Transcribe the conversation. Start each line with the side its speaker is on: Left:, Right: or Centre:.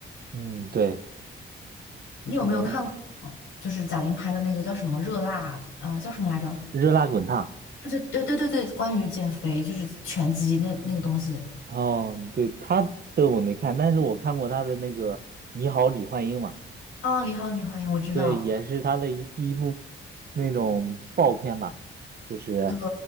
Right: 嗯，对，
Left: 你有没有看过，
Right: 嗯、
Left: 嗯就是贾玲拍的那个叫什么《热辣》啊、叫什么来着？
Right: 热辣滚烫。
Left: 对对对对对，关于减肥就是拳击那那个东西。
Right: 哦，对，他的我没看，但是我看过他的那个《你好，李焕英》嘛，
Left: 啊。你好，李焕英，我知道。
Right: 对，也是他的一第一部那种爆片吧，就是
Left: 对，